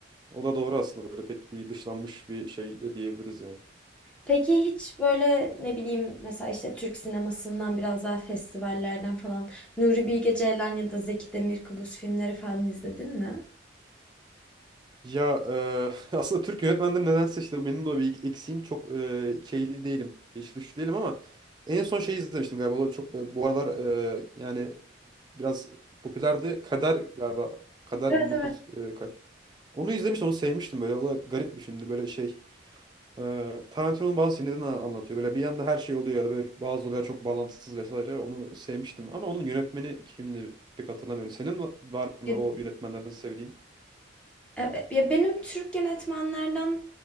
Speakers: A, on the right; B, in the centre.
A: O da doğru aslında böyle pek bir dışlanmış bir şey de diyebiliriz yani.
B: Peki hiç böyle ne bileyim mesela işte Türk sinemasından biraz daha festivallerden falan Nuri Bilge Ceylan ya da Zeki Demirkubuz filmleri falan izledin mi?
A: Ya e, <laughs> aslında Türk yönetmenleri nedense işte benim de o bir eksiğim çok e, şeyli değilim. Hiç güçlü değilim ama en son şey izlemiştim galiba. O da çok e, bu aralar e, yani biraz popülerdi. Kader galiba. Kader
B: Evet
A: 1900 e, kaç. Onu izlemiştim, onu sevmiştim böyle. O da garip bir filmdi. Böyle şey, e, Tarantino'nun bazı filmlerini an- anlatıyor. Böyle bir yanda her şey oluyor ya da böyle bazı olaylar çok bağlantısız vesaire. Onu sevmiştim ama onun yönetmeni kimdi pek hatırlamıyorum. Senin var mı
B: evet.
A: o yönetmenlerden sevdiğin?
B: Evet, ya benim Türk yönetmenlerden